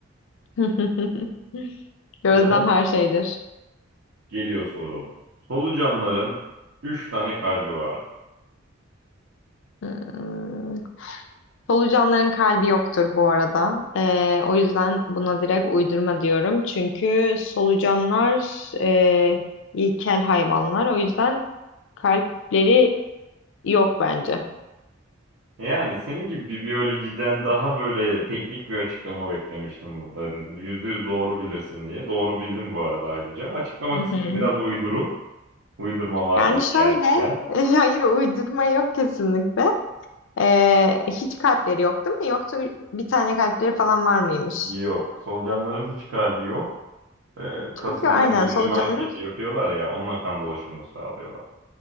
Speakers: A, on the left; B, on the right.
A: <laughs> Gözlem
B: O zaman
A: her şeydir.
B: geliyor soru. Solucanların 3 tane kalbi var.
A: Hmm. Solucanların kalbi yoktur bu arada. Ee, o yüzden buna direkt uydurma diyorum. Çünkü solucanlar e, ilkel hayvanlar. O yüzden kalpleri yok bence.
B: Yani senin gibi bir biyolojiden daha böyle teknik bir açıklama beklemiştim burada. Hani Yüzde yüz doğru bilirsin diye. Doğru bildim bu arada ayrıca. Açıklama
A: Hı hı.
B: kısmı biraz uyduru. Uydurma var
A: Yani
B: gibi
A: şöyle,
B: geldi biraz.
A: <laughs> hayır uydurma yok kesinlikle. Ee, hiç kalpleri yok değil mi? Yoksa bir tane kalpleri falan var mıymış?
B: Yok. Solucanların hiç kalbi yok. Ee, kasılma
A: Çünkü aynen
B: gevşeme
A: solucanlar
B: hareketi yapıyorlar ya. Onunla kan dolaşımını sağlıyorlar.